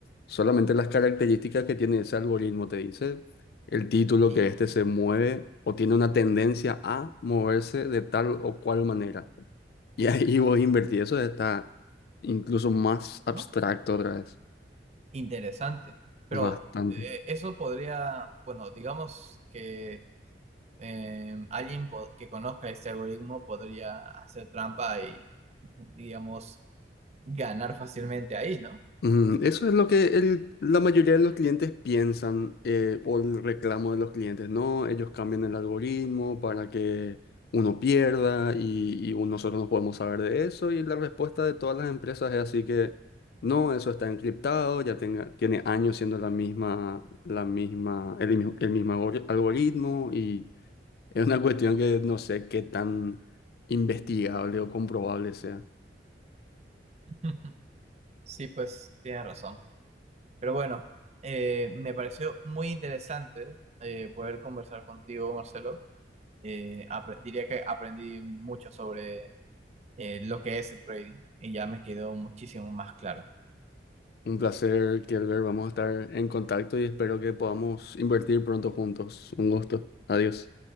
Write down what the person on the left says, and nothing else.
Solamente las características que tiene ese algoritmo te dice el título
que este se mueve o tiene una tendencia a moverse de tal o cual manera. <laughs> Y ahí vos invertí. Eso está incluso más abstracto
otra vez.
Bastante.
Mm, eso es lo que el- la mayoría de los clientes piensan eh, o el reclamo de los clientes, ¿no? Ellos cambian el algoritmo para que uno pierda y, y un- nosotros no podemos saber de eso y la respuesta de todas las empresas es así que no, eso está encriptado, ya tenga, tiene años siendo la misma, la misma, el, mismo- el mismo algori- algoritmo y Es una cuestión que no sé qué tan investigable o comprobable sea.
Un placer, Kelber. Vamos a estar en contacto y espero que podamos invertir pronto juntos. Un gusto. Adiós.